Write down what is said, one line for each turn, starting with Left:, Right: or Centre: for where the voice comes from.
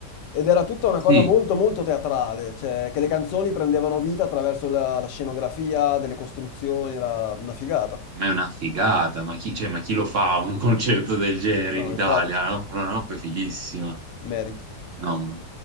Left: ed era tutta una cosa
Right: sì,
Left: molto molto teatrale, cioè che le canzoni prendevano vita attraverso la, la scenografia, delle costruzioni, era una figata.
Right: ma è una figata. Ma chi, cioè, ma chi lo fa un concerto del genere
Left: No,
Right: in Italia?
Left: infatti,
Right: No? Una roba fighissima.
Left: merita.
Right: No,